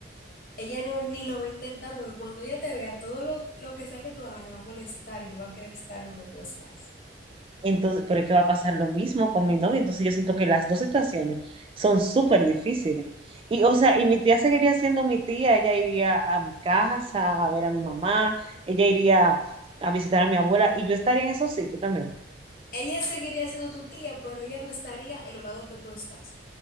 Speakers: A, on the left; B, on the right.
A: Ella no ni lo va a intentar porque cuando ella te vea, todo lo, lo que sea que tú hagas le va a molestar y no va a querer estar donde tú estás.
B: Entonces, pero es que va a pasar lo mismo con mi novio. Entonces yo siento que las dos situaciones son súper difíciles. Y, o sea, y mi tía seguiría siendo mi tía. Ella iría a mi casa a ver a mi mamá. Ella iría a visitar a mi abuela. Y yo estaría en esos sitios también.
A: Ella seguiría siendo tu tía, pero ella no estaría en los lados que tú estás.